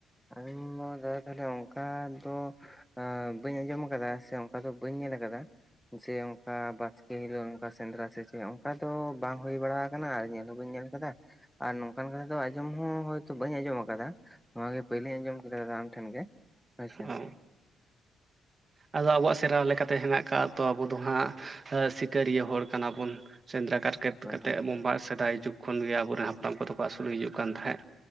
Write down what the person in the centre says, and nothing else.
ᱟᱞᱤᱧ ᱫᱚ ᱫᱟᱫᱟ ᱛᱟᱦᱚᱞᱮ ᱚᱱᱠᱟ ᱫᱚ ᱵᱟᱹᱧ ᱟᱸᱡᱚᱢ ᱟᱠᱟᱫᱟ ᱥᱮ ᱚᱱᱠᱟ ᱫᱚ ᱵᱟᱹᱧ ᱧᱮᱞ ᱠᱟᱫᱟ ᱾ ᱡᱮ ᱚᱱᱠᱟ ᱵᱟᱥᱠᱮ ᱦᱤᱞᱳᱜ ᱚᱱᱠᱟ ᱥᱮᱸᱫᱽᱨᱟ ᱥᱮ ᱪᱮᱫ ᱚᱱᱠᱟ ᱫᱚ ᱵᱟᱝ ᱦᱩᱭ ᱵᱟᱲᱟ ᱠᱟᱱᱟ᱾ ᱟᱨ ᱧᱮᱞ ᱦᱚᱸ ᱵᱟᱹᱧ ᱧᱮᱞ ᱟᱠᱟᱫᱟ ᱟᱨ ᱱᱚᱝᱠᱟᱱ ᱠᱟᱛᱷᱟ ᱫᱚ ᱟᱸᱡᱚᱢ ᱦᱚᱭ ᱛᱚ ᱵᱟᱹᱧ ᱟᱸᱡᱚᱢ ᱟᱠᱟᱫᱟ ᱱᱚᱣᱟᱜᱮ ᱯᱳᱭᱞᱳᱧ ᱟᱸᱡᱚᱢ ᱠᱮᱫᱟ ᱫᱟᱫᱟ ᱟᱢ ᱴᱷᱮᱱ ᱜᱮ ᱦᱳᱭ ᱥᱮ᱾
ᱦᱳᱭ
ᱦᱳᱭ